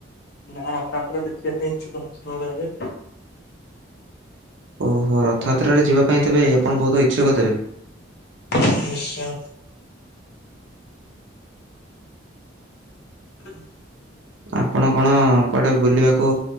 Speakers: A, on the left; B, on the right.
A: ଗାଁ ରଥଯାତ୍ରା ଦେଖିବାକୁ ପାଇଁ ଇଛୁକ ଅଛି ମୋର ଏବେ।
B: ଓ ହୋ ରଥଯାତ୍ରାରେ ଯିବା ପାଇଁ ତେବେ ଆପଣ ବହୁତ ଇଚ୍ଛୁକ ତେବେ।
A: ନିଶ୍ଚୟ। <unintelligible>
B: ଆପଣ କଣ କୁଆଡେ ବୁଲିବାକୁ